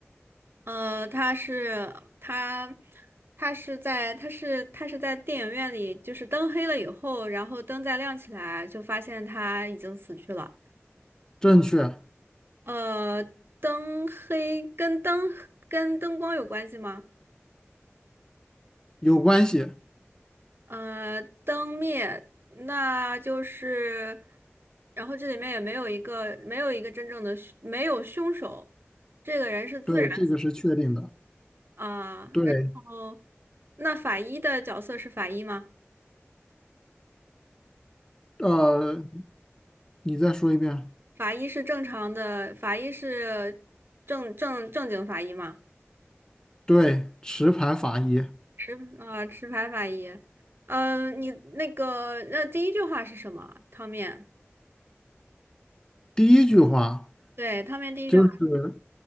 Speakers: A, on the right; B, on the left.
A: 呃，他是他，他是在他是他是在电影院里，就是灯黑了以后，然后灯再亮起来，就发现他已经死去了。
B: 正确，
A: 呃，灯黑跟灯跟灯光有关系吗？
B: 有关系，
A: 呃，灯灭，那就是，然后这里面也没有一个没有一个真正的凶没有凶手，这个人是自然死
B: 对，这个是确定的。
A: 啊，
B: 对，
A: 然后那法医的角色是法医吗？
B: 呃，你再说一遍。
A: 法医是正常的，法医是正正正经法医吗？
B: 对，持牌法医。
A: 持啊、持牌法医。嗯、呃你那个那第一句话是什么？汤面，
B: 第一句话
A: 对，汤面第一句话
B: 就是